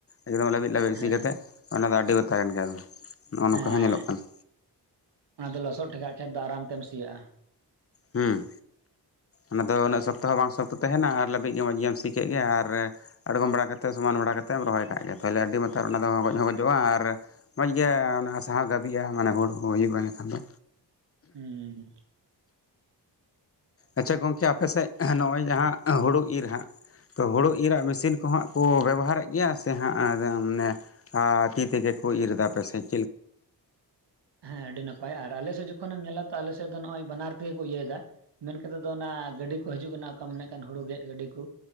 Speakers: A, on the left; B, on the right.
A: ᱮᱠᱫᱚᱢ ᱞᱟᱹᱵᱤᱫ ᱞᱟᱹᱵᱤᱫ
B: ᱦᱮᱸ
A: ᱥᱤ ᱠᱟᱛᱮᱜ, ᱚᱱᱟ ᱫᱚ ᱟᱹᱰᱤ ᱵᱟᱛᱟ ᱜᱟᱱ ᱜᱮᱭᱟ ᱜᱚ, ᱱᱚᱜᱼᱚ ᱱᱚᱠᱟ
B: ᱦᱮᱸ
A: ᱦᱚᱸ ᱧᱮᱞᱚᱜ ᱠᱟᱱᱟ᱾
B: ᱚᱱᱟ ᱫᱚ ᱞᱚᱥᱚᱫ ᱴᱷᱤᱠᱟᱜ ᱠᱷᱮᱛ ᱫᱚ ᱟᱨᱟᱢ ᱛᱮᱢ ᱥᱤᱭᱟᱜᱼᱟ᱾
A: ᱦᱩᱸ ᱚᱱᱟ ᱫᱚ ᱩᱱᱟᱹᱜ ᱥᱚᱠ ᱛᱚ ᱦᱚᱸ ᱵᱟᱝ ᱥᱚᱠᱛᱚ ᱛᱟᱦᱮᱱᱟ ᱟᱨ ᱞᱟᱹᱵᱤᱡ ᱜᱮ ᱢᱚᱡᱽ ᱜᱮᱢ ᱥᱤ ᱠᱮᱫ ᱜᱮ ᱟᱨ ᱟᱬᱜᱚᱢ ᱵᱟᱲᱟ ᱠᱟᱛᱮᱫ ᱥᱚᱢᱟᱱ ᱵᱟᱲᱟ ᱠᱟᱛᱮ ᱮᱢ ᱨᱚᱦᱚᱭ ᱠᱟᱜ ᱜᱮ, ᱛᱟᱦᱚᱞᱮ ᱟᱹᱰᱤ ᱢᱟᱛᱟᱨ ᱚᱱᱟ ᱫᱚ ᱜᱚᱡ ᱦᱚᱸ ᱜᱚᱡᱚᱜᱼᱟ ᱟᱨ ᱢᱚᱡᱽ ᱜᱮ ᱚᱱᱟ ᱥᱟᱦᱟ ᱦᱚᱸ ᱜᱟᱵᱤᱜ-ᱟ ᱢᱟᱱᱮ ᱦᱩᱲᱩ ᱦᱚᱸᱦᱩᱭᱩᱜᱼᱟ ᱤᱱᱟᱹᱠᱷᱟᱱ ᱫᱚ᱾
B: ᱦᱩᱸ᱾
A: ᱟᱪᱪᱷᱟ ᱜᱚᱝᱠᱮ ᱟᱯᱮᱥᱮᱫ ᱱᱚᱜᱼᱚᱭ ᱡᱟᱦᱟᱸ ᱦᱩᱲᱩ ᱤᱨ ᱦᱟᱸᱜ ᱛᱚ ᱦᱳᱲᱳ ᱤᱨᱟᱜ ᱢᱮᱥᱤᱱ ᱠᱚ ᱦᱟᱸᱜ ᱠᱚ ᱵᱮᱵᱚᱦᱟᱨᱮᱫ ᱜᱮᱭᱟ ᱥᱮ ᱦᱟᱸᱜ ᱟᱫᱚ ᱢᱟᱱᱮ ᱟ ᱛᱤ ᱛᱮᱜᱮ ᱠᱚ ᱤᱨ ᱫᱟ ᱟᱯᱮᱥᱮᱡ ᱪᱮᱫ ᱞᱮᱠᱟ?
B: ᱦᱮᱸ ᱟᱹᱰᱤ ᱱᱟᱯᱟᱭ ᱟᱨ ᱟᱞᱮᱥᱮᱫ ᱡᱚᱠᱷᱚᱱᱮᱢ ᱧᱮᱞᱟ ᱛᱚ ᱟᱞᱮᱥᱮᱫ ᱫᱚ ᱱᱚᱜᱼᱚᱭ ᱵᱟᱱᱟᱨ ᱛᱮᱜᱮ ᱠᱚ ᱤᱭᱟᱹᱭᱫᱟ᱾ ᱢᱮᱱᱠᱟᱛᱷᱟ ᱫᱚ ᱚᱱᱟ ᱜᱟᱹᱰᱤ ᱠᱚ ᱦᱤᱡᱩᱜ ᱠᱟᱱᱟ ᱚᱠᱟ ᱢᱮᱱᱮᱜ ᱠᱟᱱ ᱦᱩᱲᱩ ᱜᱮᱫ ᱜᱟᱹᱰᱤ ᱠᱚ᱾